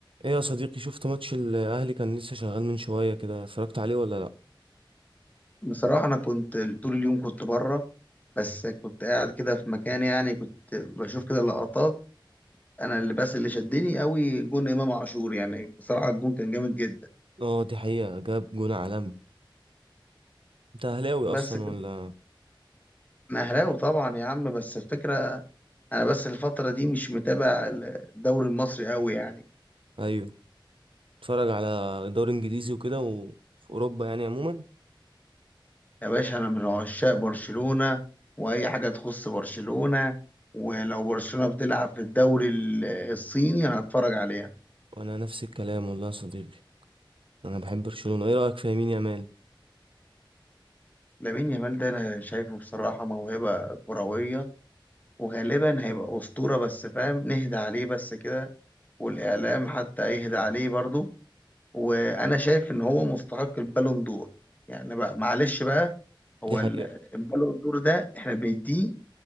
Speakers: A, on the right (about 85°); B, on the left (about 20°).
A: ايه يا صديقي شفت ماتش الاهلي كان لسه شغال من شويه كده اتفرجت عليه ولا لا
B: بصراحة أنا كنت طول اليوم كنت بره بس كنت قاعد كده في مكان يعني كنت بشوف كده لقطات أنا اللي بس اللي شدني قوي جون إمام عاشور يعني بصراحة الجون كان جامد جدا
A: اه دي حقيقه جاب جون عالمي انت اهلاوي
B: بس
A: اصلا
B: كنت
A: ولا
B: أنا أهلاوي طبعا يا عم بس الفكرة أنا بس الفترة دي مش متابع الدوري المصري قوي يعني
A: ايوه اتفرج على دوري انجليزي وكده وفي اوروبا يعني عموما
B: يا باشا أنا من عشاق برشلونة وأي حاجة تخص برشلونة ولو برشلونة بتلعب في الدوري ال- الصيني أنا هتفرج عليها
A: وانا نفس الكلام والله يا صديقي انا بحب برشلونه ايه رايك في يمين يامال
B: لامين يامال ده أنا شايفه بصراحة موهبة كروية وغالبا هيبقى أسطورة بس فاهم نهدى عليه بس كده والإعلام حتى يهدى عليه برضه وأنا شايف إن هو مستحق البالون دور يعني بقى معلش بقى هو
A: دي حقيقه
B: ال- البالون دور ده إحنا بنديه